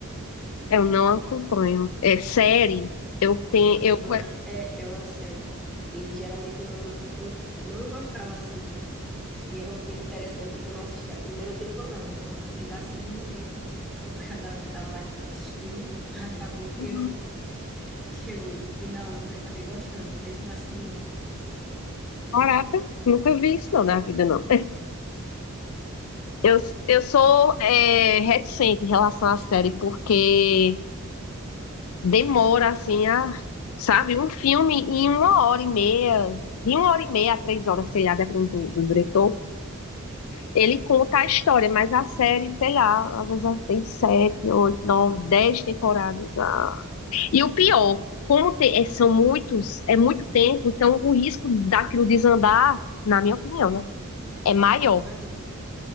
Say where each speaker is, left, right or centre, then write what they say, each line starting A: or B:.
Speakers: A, on the left; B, in the centre.
A: eu não acompanho. É série. Eu tenho. Eu...
B: E uma,
A: é,
B: é, é uma série. E geralmente eu não, não, não gostava assim dele. E é uma coisa interessante é que eu não assisti a primeira temporada. Eu comecei da segunda mesmo, porque a galera tava lá em casa assistindo. <laughs> Acabou que
A: Uhum.
B: eu, que eu fui na onda e acabei gostando, mesmo da segunda.
A: Caraca, nunca vi isso não na vida, não. Eu, eu sou é, reticente em relação à série, porque demora, assim, a, sabe? Um filme em uma hora e meia, de uma hora e meia a três horas, sei lá, dependendo do, do diretor, ele conta a história, mas a série, sei lá, às vezes ela tem sete, oito, nove, dez temporadas. Ah, E o pior, como te- é, são muitos, é muito tempo, então o risco daquilo desandar, na minha opinião, né? É maior.
B: Aham.